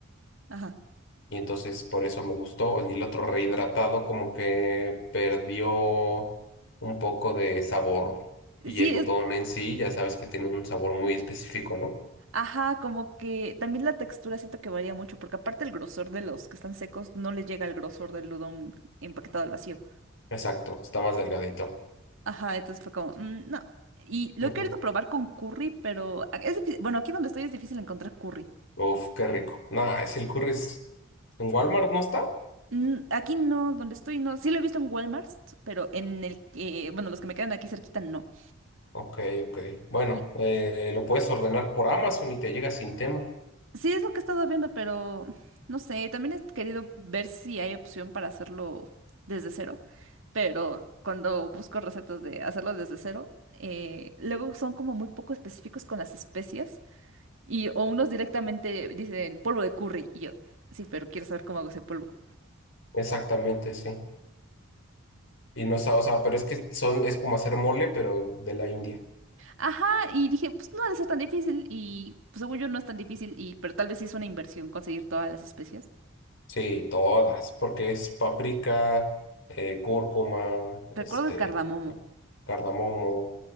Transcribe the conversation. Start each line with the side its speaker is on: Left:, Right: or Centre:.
Right: ajá.
Left: Y entonces por eso me gustó. Y el otro rehidratado como que perdió un poco de sabor. Y
Right: Sí,
Left: el
Right: es,
Left: udon en sí, ya sabes que tiene un sabor muy específico, ¿no?
Right: ajá, como que también la textura siento que varía mucho, porque aparte el grosor de los que están secos no le llega al grosor del udon empaquetado al vacío.
Left: Exacto, está más delgadito.
Right: Ajá, entonces fue como, "Mm, no. Y lo
Left: Ujú.
Right: he querido probar con curry, pero a- es difícil. Bueno, aquí donde estoy es difícil encontrar curry.
Left: Uf, qué rico. Nah, es el curry. es- ¿En Walmart no está?
Right: Mm, Aquí no, donde estoy no. Sí lo he visto en Walmart, pero en el que, bueno, los que me quedan aquí cerquita no.
Left: Ok, ok. Bueno,
Right: Y
Left: eh, lo puedes ordenar por Amazon y te llega sin tema.
Right: sí es lo que he estado viendo, pero no sé, también he querido ver si hay opción para hacerlo desde cero. Pero cuando busco recetas de hacerlo desde cero, eh, luego son como muy poco específicos con las especias. Y o unos directamente dicen polvo de curry. Y yo, sí, pero quiero saber cómo hago ese polvo.
Left: Exactamente, sí. Y no, sa- o sea, pero es que son, es como hacer mole, pero de la India.
Right: Ajá, y dije, pues no debe ser tan difícil. Y pues, según yo no es tan difícil, y, pero tal vez sí es una inversión conseguir todas las especias.
Left: Sí, todas, porque es paprika, eh, cúrcuma,
Right: Recuerdo
Left: este,
Right: el cardamomo.
Left: cardamomo,